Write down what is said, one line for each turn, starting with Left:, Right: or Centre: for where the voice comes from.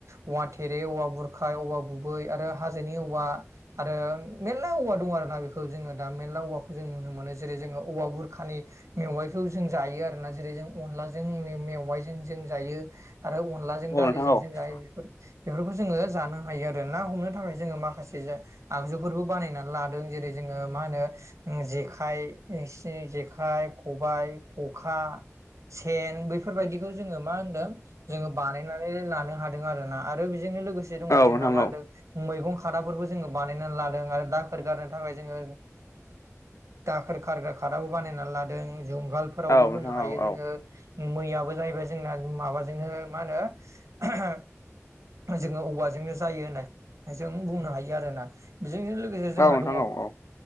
Right: औवा थेरे औवा बुरखाय औवा गु बै आरो हाजोनि औवा आरो मेरला औवा दं आरोना बेखौ जोङो दा मेरला औवाखौ जों नुनो मोनो जेरै जोङो औवा बुरखानि मेवाइखौ जों जायो आरोना जेरै जों अनलाजों मेवाइजों जों जायो। आरो अनलाजों
Left: औ
Right: दालिजों
Left: नोंथां औ
Right: जों जायो बेफोर बेफोरखौ जोङो जानो हायो आरो। आरो ना हमनो थाखाय जोङो माखासे आगजुफोरबो बानायनानै लादों जेरै जोङो मा होनो? जेखाइ जेखाइ, खबाइ, खखा सेन बैफोरबायदिखौ जोङो मा होनदों जोङो बानायनानै लानो हादों आरोना आरो बेजोंनो लोगोसे दङ
Left: औ
Right: जोंहा
Left: नोंथां औ
Right: मा होनो मैगं खादाफोरबो जोङो बानायनानै लादों आरो दाखोर गारनो थाखाय जोङो दाखोर खारग्रा खादाबो बानायनानै लादों जुंगालफोरावबो
Left: औ
Right: होनो
Left: नोंथां
Right: हायो
Left: औ
Right: जोङो।
Left: औ
Right: मैयाबो जाहैबाय जोंना माबाजोंनो मा होनो जोङो औवाजोंनो जायो होननाय जों बुंनो हायो आरो ना बेजोंजों लोगोसे जोंहा
Left: औ नोंथां
Right: दङ
Left: औ औ